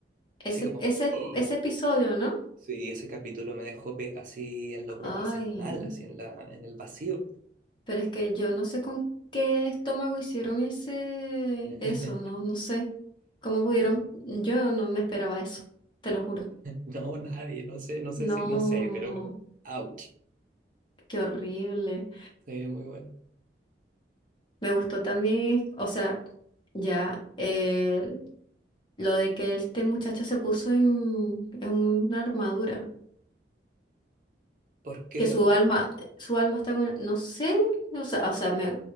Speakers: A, on the left (about 25°); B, on the right (about 50°).
A: Ese,
B: Así como,
A: ese,
B: oh,
A: ese episodio, ¿no?
B: Sí, ese capítulo me dejó pe- así en lo pro-
A: Ay.
B: así mal, así en la en el vacío.
A: Pero es que yo no sé con qué estómago hicieron ese,
B: <laughs>
A: eso, no, no sé. ¿Cómo pudieron? Yo no me esperaba eso, te lo juro.
B: No, nadie, no sé, no sé
A: No,
B: si, no sé, pero ouch.
A: qué horrible.
B: Sí, muy bueno.
A: Me gustó también, o sea, ya eh, lo de que este muchacho se puso en, en una armadura.
B: ¿Por qué?
A: que su alma, su alma está en una- no sé, o sea, o sea, me,